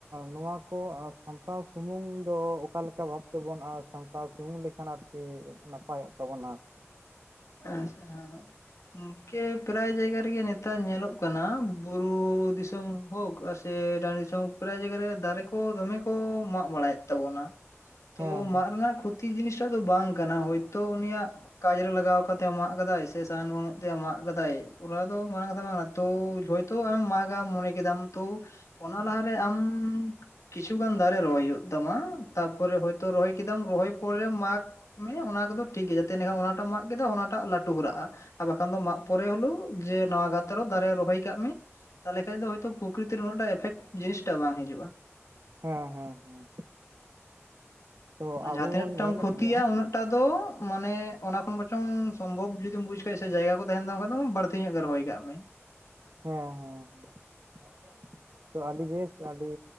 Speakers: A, on the right; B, on the left.
A: ᱱᱚᱣᱟ ᱠᱚ ᱥᱟᱢᱴᱟᱣ ᱥᱩᱢᱩᱝ ᱫᱚ ᱚᱠᱟᱞᱮᱠᱟ ᱵᱷᱟᱵ ᱛᱟᱵᱚ ᱟᱨ ᱥᱟᱟᱱᱛᱟᱲ ᱥᱩᱢᱩᱝ ᱞᱮᱠᱷᱟᱱ ᱟᱨᱠᱤ ᱱᱟᱯᱟᱭᱚᱜ ᱛᱟᱵᱚᱱᱟ᱾ ᱟᱨᱠᱤ
B: ᱟᱪᱪᱷᱟ ᱜᱚᱝᱠᱮ ᱯᱨᱟᱭ ᱡᱟᱭᱜᱟ ᱨᱮᱜᱮ ᱱᱮᱛᱟᱨ ᱧᱮᱞᱚᱜ ᱠᱟᱱᱟ ᱵᱩᱨᱩ ᱫᱤᱥᱚᱢ ᱦᱳᱠ ᱥᱮ ᱰ ᱫᱤᱥᱚᱢ ᱯᱨᱟᱭ ᱡᱟᱭᱜᱟ ᱨᱮ ᱫᱟᱨᱮ ᱠᱚ ᱫᱚᱢᱮ ᱠᱚ ᱢᱟᱜ ᱵᱟᱲᱟᱭᱮᱫ ᱛᱟᱵᱚᱱᱟ
A: <inaudible>
B: ᱛᱚ
A: ᱦᱮᱸ
B: ᱢᱟᱫ ᱨᱮᱱᱟᱜ ᱠᱷᱚᱛᱤ ᱡᱤᱱᱤᱥᱴᱟᱜ ᱫᱚ ᱵᱟᱝ ᱠᱟᱱᱟ ᱦᱚᱭᱛᱚ ᱩᱱᱤᱭᱟᱜ ᱠᱟᱡ ᱨᱮ ᱞᱟᱜᱟᱣ ᱟᱠᱟᱱᱟ ᱢᱟᱜ ᱠᱟᱫᱟᱭ ᱥᱮ ᱥᱟᱦᱟᱱ ᱵᱟᱹᱱᱩᱜ ᱛᱮ ᱢᱟᱜ ᱠᱟᱫᱟᱭ ᱚᱱᱟ ᱫᱚ ᱢᱟᱝ ᱠᱟᱛᱚ ᱛᱚ ᱟ ᱢᱟᱜᱟ ᱢᱚᱱᱮ ᱠᱮᱫᱟᱢ ᱛᱚ ᱚᱱᱟ ᱞᱟᱦᱟᱨᱮ ᱟᱢ ᱠᱤᱪᱷᱩᱜᱟᱱ ᱫᱟᱨᱮ ᱨᱚᱦᱚᱭ ᱦᱩᱭᱩᱜ ᱛᱟᱢᱟ ᱛᱟᱨᱯᱚᱨᱮ ᱦᱚᱭᱛ ᱨᱚᱦ ᱠᱮᱫᱟᱢ ᱨᱚᱦᱚᱭ ᱯᱚᱨᱮ ᱢᱟᱜᱽ ᱢᱮ ᱚᱱᱟ ᱠᱚᱫᱚ ᱴᱷᱤᱠ ᱜᱮᱭᱟ ᱡᱟᱛᱮ ᱮᱸᱰᱮᱠᱷᱟᱱ ᱚᱱᱟᱴᱟᱜ ᱢᱟ ᱥᱟᱫ ᱠᱮᱫᱟ ᱚᱱᱟᱴᱟᱜ ᱞᱟᱹᱴᱩ ᱦᱚᱨᱟᱜᱼᱟ, ᱟᱨ ᱵᱟᱠᱷᱟᱱ ᱫᱚ ᱢᱟᱜ ᱯᱚᱨᱮ ᱦᱳᱞᱮᱣ ᱡᱮ ᱱᱚᱣᱟ ᱜᱟᱛᱨᱮ ᱦᱚᱸ ᱫᱟᱨᱮ ᱨᱚᱦᱚᱭ ᱠᱟᱜ ᱢᱮ᱾ ᱛᱟᱦᱚᱞᱮ ᱠᱷᱟᱡ ᱫᱚ ᱦᱳᱭᱛᱚ ᱯᱨᱚᱠᱤᱛᱤ ᱩᱱᱟᱹᱜ ᱴᱟᱜ ᱮᱯᱷᱮᱠᱴ ᱡᱤᱱᱤᱥᱴᱟᱜ ᱵᱟᱝ ᱦᱤᱡᱩᱜᱼᱟ᱾
A: ᱦᱮᱸ ᱦᱮᱸ ᱦᱮᱸ ᱛᱚ ᱟᱵᱚ
B: ᱡᱟᱦᱟᱸ ᱛᱤᱱᱟᱹᱜ
A: ᱵᱚᱱ
B: ᱴᱟᱢ
A: ᱧᱮᱞᱮᱫ
B: ᱠᱷᱚᱛᱤᱭᱟ
A: ᱜᱮᱭᱟ
B: ᱩᱱᱟᱹᱜ ᱴᱟᱜ ᱫᱚ ᱢᱟᱱᱮ ᱚᱱᱟ ᱠᱷᱚᱱ ᱵᱟᱪᱚᱝ ᱥᱚᱢᱵᱷᱚᱵ ᱡᱩᱫᱤᱢ ᱵᱩᱡ ᱠᱷᱟᱡ ᱥᱮ ᱡᱟᱭᱜᱟ ᱠᱚ ᱛᱟᱦᱮᱱ ᱛᱟᱢ ᱠᱷᱟᱡ ᱫᱚ ᱵᱟᱹᱲᱛᱤ ᱧᱚᱜ ᱜᱮ ᱨᱚᱦᱚᱭ ᱠᱟᱜ ᱢᱮ᱾
A: ᱦᱮᱸ ᱦᱮᱸ ᱦᱮᱸ ᱛᱚ ᱟᱹᱰᱤ ᱵᱮᱥ ᱟᱹᱰᱤ